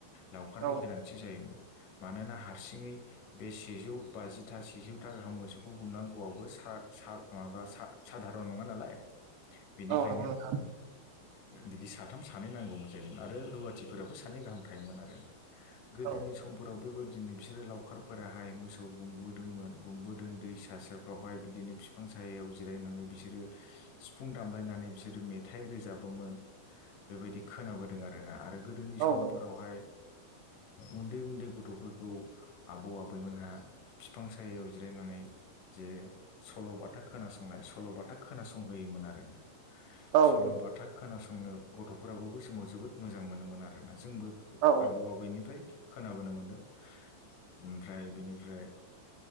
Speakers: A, on the left; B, on the right.
A: लावखारनि
B: औ
A: गोनांथि जायोमोन मानोना हारसिङै बे सेजौ बाजिथा सेजौथा गाहाम मोसौखौ गुमनांगौआवबो सा सार माबा साधारन नङा नालाय बेनिखायनो
B: औ नगौ नोंथां ‌।
A: बिदि साथाम सानै नांगौमोन जायोमोन आरो रुवाथिफोराबो सानै गाहाम थायोमोन आरोना गोदोनि
B: औ
A: समफोराव बेबायदिनो बिसोरो लावखारफोराहाय मोसौ मोसौआव गुमबोदोंमोन गुमबोदों दै स सेरफ्रावहाय बिदिनो बिफां सायाव जिरायनानै बिसोरो सिफुं दामलायनानै बिसोरो मेथाइ रोजाबोमोन बेबायदि खोनाबोदों आर ना आरो गोदोनि
B: औ
A: समफोरावहाय
B: नंगौ
A: उन्दै उन्दै गथ'फोरखौ आबौ आबैमोनहा बिफां सायायाव जिरायनानै जे सल'बाथा खोनासंनाय सल'बाथा खोनासंनाय संहोयोमोन आरोोना
B: औ
A: सल'
B: नंगौ
A: बाथा खोनासंनो गथ'फोराबो बै समाव जोबोद मोजां मोनोमोन आरोना जोंबो
B: औ
A: आबौ आबैनिफ्राय खोनाबोनो मोनदों। ओमफ्राय बिनिफ्राय